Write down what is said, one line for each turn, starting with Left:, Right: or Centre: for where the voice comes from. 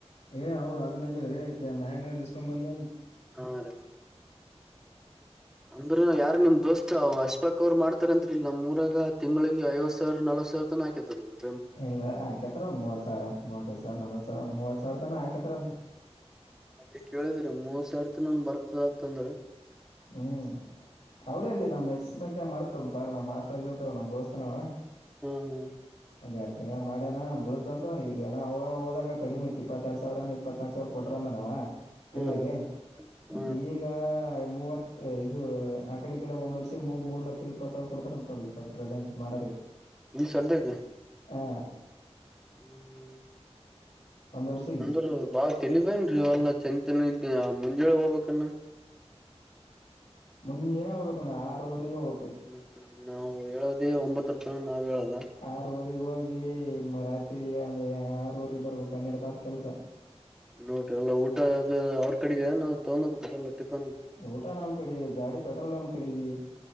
Left: ಏ್ ಅವ್ ಅದ್ ನಂಗದ್ರೀ ಮ್ಯಾಗ್ನರ್ ಇಸ್ಕೊಂಬರ್ಲಿ
Centre: ಅರಿ ಅಂದ್ರ ಯಾರ ನಿಮ್ ದೋಸ್ತ ಅವ ಯಾರು ಬೇಕಂತ ಅವ್ ಮಾಡ್ತಾರ ಅಂತ ನಮ್ಮೂರಾಗ ತಿಂಗಳಿಗೆ ಐವತ್ತು ಸಾವಿರ ರಿಂದ ನಲವತ್ತು ಸಾವಿರ ವರೆಗೂ ಹಾಕಿಂತಾರಾ
Left: ಇಲ್ಲಾ ಆಕ್ಯಾತರ ಒಂದ್ ಮೂವತ್ ಸಾವಿರ ಮೂವತ್ತೈ ಸಾವಿರ ಸಾವಿರ ನಲ್ವತ್ತು ಸಾವಿರ ಮೂವತ್ತು ಸಾವಿರದನ ಆಯ್ಕತಾರ ಅಂತೆ
Centre: ಅದೇ ಕೇಳಿದಿರ ಮೂವತ್ತ್ ಸಾವಿರ ತನ್ನ್ ಬರ್ತದ ಅಂತಂದ್ರ
Left: ಹ್ಮ್ ಅವ್ರೇಲ್ಲಿ ನಮ್ಕ್ಸಸ್ ಬಂಕ್ನ ಮಾಡ್ತವ್ ಪಾರ ನಮ್ಮ್ಸ್ಟ್ ಆಗ ಇರ್ತವ ನಮ್ ದೋಸ್ತನವ
Centre: ಹ್ಮ ಹ್ಮ
Left: ಒಂದ ಎರಡ್ ತಿಂಗ್ಳ ಮಾಡೇನ ಬಿಳು ಅಂತಂದ್ರ ಈಗ ನವು ಹದಾಗ ಕಡಿಮ ಇಪ್ಪತ್ತೆರಡು ಸಾವರ ಇಪ್ಪತ್ನಾಕ ಸಾವಿರ ಕೊಟ್ರ ನ ತಿಂಗಳಿಗೆ
Centre: ಹ್ಮ್ ಹ್ಮ್
Left: ಬಟ್
Centre: ಹ್ಮ್
Left: ಈಗ ಮೂವತ್ತು ಇದು ಆ ಕಡೆ ಈ ಕಡೆ ಒಂದ್ರ್ಷ ಮೂರ್ ಲಕ್ಷದ ಇಪ್ಪತ್ ಸಾವರ ಕೊಡ್ತಾರ ಅಂತ ನೋಡಿ ಸ್ವಲ್ ಪ್ರೆಸೆಂಟ್ ಮಾಡರಿ
Centre: ನೀನ್ ಸದ್ಯಕ್ಕೆ
Left: ಹಾ
Centre: ಹ್ಮ
Left: ಒಂದ್ ವರ್ಷಿಗೆ
Centre: ಅಂದರು ಬಾ ತಳವೇನ್ ರೀಲ್ಲ ಚ ಮ ಇದ ಮುಂಜಾನೆ ಹೋಗ್ಬೇಕಾನ
Left: ಮುಂಜೆನೆ ಹೋಗ್ಬೇಕುಅಣ್ಣಾ ಆರೂವರೆ ಹೋಗ್ಬೇಕು
Centre: ಮತ್ತ ನಾವು ಹೇಳದೇ ಒಂಬತ್ತರ ತನ ನಾವ್ ಹೇಳಲ್ಲ
Left: ಆರವರೆಗೆ ಹೋಗಿ ರಾತ್ರಿ ಅಂದ್ರೆ ಆರವರಿಗೆ ಬರರ್ಬೇಕು ಹನ್ನೆರಡು ತಾಸ ಕೆಲ್ಸ
Centre: ನೋಡ್ರಿ ಎಲ್ಲ ಊಟ ಅ ಅವ್ರ ಕಡೆಗೆ ನಾವವು ತಗೊಂಡ್ ಹೋಗ್ಲ್ಲ ಟಿಫನ್
Left: ಊಟ ನಮ್ ಕಡೆ ಗಾಡಿ ಪೆಟ್ರೋಲ್ ಅಮ್ಮ ಕಡೆಗೆ